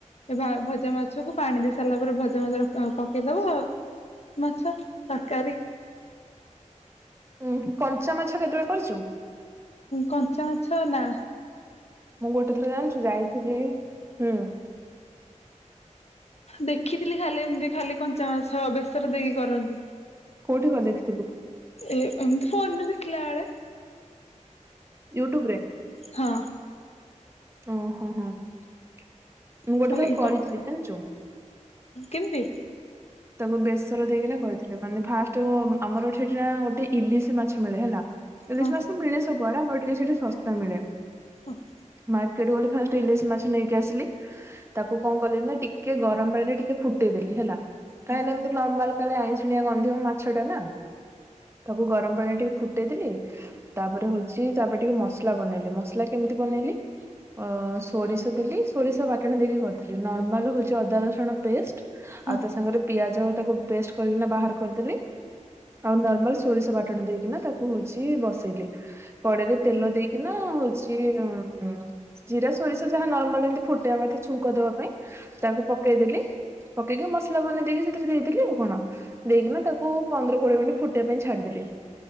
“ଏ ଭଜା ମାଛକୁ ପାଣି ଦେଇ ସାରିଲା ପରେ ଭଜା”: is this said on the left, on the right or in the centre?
Left